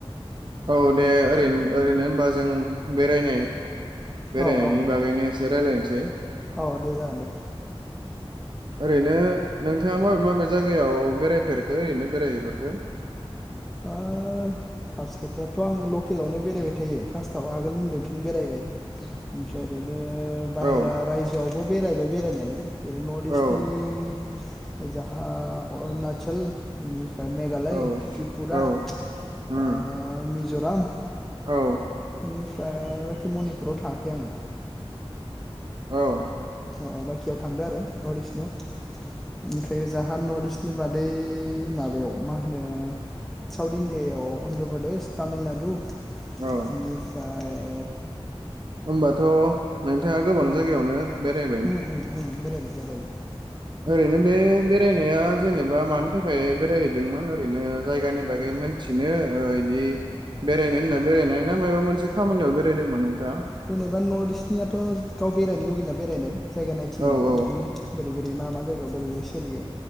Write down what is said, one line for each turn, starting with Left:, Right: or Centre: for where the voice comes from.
Right: औ दे ओरैनो ओरैनो होनबा जों बेरायनाय। बेरायनायनि
Centre: औ औ
Right: बागैनो एसे रायज्लायनो। जे।
Centre: औ दे जागोन दे।
Right: ओरैनो नोंथाङा माबे माबे जायगायाव बेरायफेरखो ओरैनो बेरायहैेफेरखो।
Centre: ओ फार्स्ट खोथायाथ' आं लकेलावनो बेरायबाय थायो फार्स्टआव आगोल होनदोंथ'नो बेरायबाय ओमफ्राय ओरैनो। ओ बाहेरा
Right: औ
Centre: रायजोआव। अ बेरायबाय बेरायनायालाय। जरै नर्थ
Right: औ
Centre: इस्टनि। जाहा अरुणाचलनिफ्राय। ओ मेघालय
Right: औ
Centre: ट्रिप।
Right: औ
Centre: दा ओ।
Right: उम
Centre: मिज'राम।
Right: औ।
Centre: बेनिफ्राय बाखि मनिपुराव थाङाखै आङो।
Right: औ।
Centre: अ-अ बायाखियाव थांदों आरो नर्थ इस्टनियाव ओमफ्राय जाहा नर्थ इस्टनि बादै माबायाव मा होनो साउथ इण्डियाायाव अन्ध्र प्रदेश तामिलनाडु।
Right: औ
Centre: बिनिफ्राय।
Right: होमबाथ' नोंथाङा गोबां
Centre: उम
Right: जायगायावनो बेराय।
Centre: <inaudible> <inaudible>
Right: ओरैनो बे बेरायनाया जेनेबा मानि थाखाय बेरायहैदोंमोन ओरैनो जायगानि बागै मोनथिनो बिदि बेरायनो होनना बेरायनाय ना मायबा मोनसे खामानियाव बेरायदोंमोन नोंथाङा
Centre: जेनेबा नर्थ इस्टनियाथ' गाव बेरायनो लुगैनाय बेरायनाय जायगा नायथिंनाय
Right: औ औ
Centre: बिदिनो <unintelligible> बे मा मा जायगायाव बोरै बोरै सोलियो।